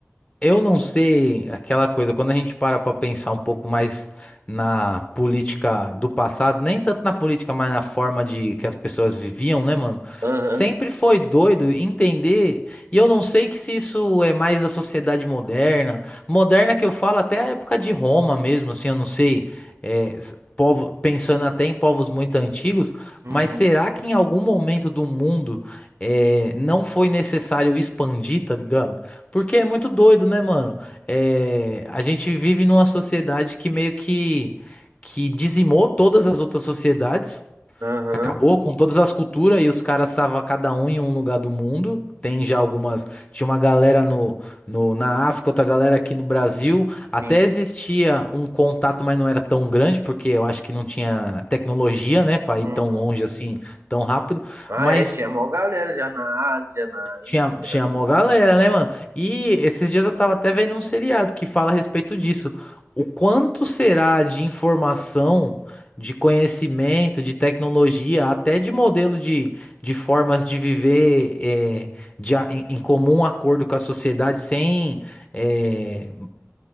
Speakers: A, on the left (about 25°); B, on the right (about 70°).
A: Eu não sei aquela coisa, quando a gente para para pensar um pouco mais na política do passado, nem tanto na política, mas na forma de que as pessoas viviam, né, mano?
B: Aham,
A: Sempre foi doido entender, e eu não sei que se isso é mais da sociedade moderna, moderna que eu falo até a época de Roma mesmo, assim, eu não sei, é, s- povo, pensando até em povos muito antigos,
B: uhum,
A: mas será que em algum momento do mundo é, não foi necessário expandir, tá ligado? Porque é muito doido, né, mano? É, a gente vive numa sociedade que meio que, que dizimou todas as outras sociedades,
B: aham,
A: acabou com todas as culturas e os caras estavam cada um em um lugar do mundo. Tem já algumas. Tinha uma galera no, no, na África, outra galera aqui no Brasil. Até
B: sim.
A: existia um contato, mas não era tão grande, porque eu acho que não tinha tecnologia, né, pra ir
B: Uhum.
A: tão longe assim, tão rápido.
B: Ah,
A: Mas.
B: é, tinha mó galera já na Ásia, na
A: Tinha,
B: Índia.
A: tinha mó galera, né, mano? E esses dias eu tava até vendo um seriado que fala a respeito disso. O quanto será de informação, de conhecimento, de tecnologia, até de modelo de, de formas de viver é, de a- em, em comum acordo com a sociedade, sem é,